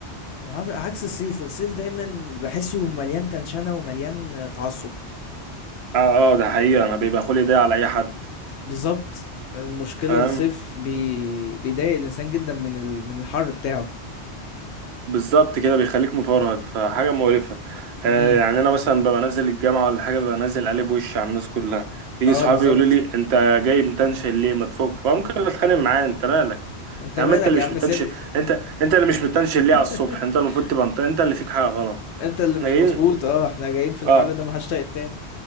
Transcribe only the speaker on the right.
اه اه ده حقيقة انا بيبقى خلقي ضيق على اي حد
فاهم
بالظبط كده بيخليك مفرهد فحاجة مقرفة آه
يعني أنا مثلا ببقى نازل الجامعة ولا حاجة ببقى نازل قلب وشي على الناس كلها يجي
صحابي
يقولوا لي أنت جاي متنشن ليه ما تفك فممكن أتخانق معاه أنت مالك
يا
عم أنت اللي
مش
متنشن
أنت أنت اللي مش متنشن ليه
على الصبح أنت المفروض تبقى مت... أنت اللي فيك حاجة غلط
إحنا
جايين
أه